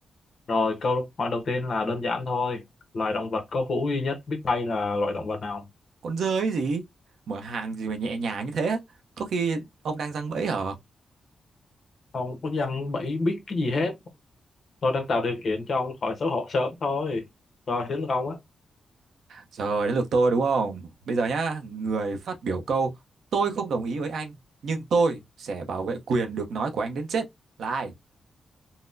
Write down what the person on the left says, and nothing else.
rồi câu hỏi đầu tiên là đơn giản thôi loài động vật có vú duy nhất biết bay là loài động vật nào
không có dân bẫy biết cái gì hết tôi đang tạo điều kiện cho ông khỏi xấu hổ sớm thôi rồi đến lượt ông á